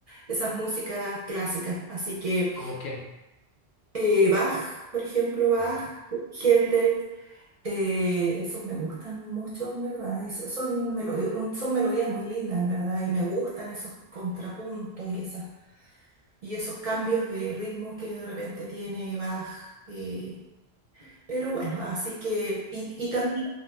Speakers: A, on the right (about 45°); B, on the left (about 85°).
A: esas músicas clásicas. Así que
B: ¿Cómo quién?
A: eh, Bach, por ejemplo, Bach,
B: Ajá.
A: Händel. Eh,
B: Eminem.
A: esos me gustan mucho, en verdad. Y so- son melodías, son melodías muy lindas, en verdad. Y me gustan esos contrapuntos y esas, y esos cambios de ritmo que de repente tiene Bach. eh, pero bueno, así que. Y, y también.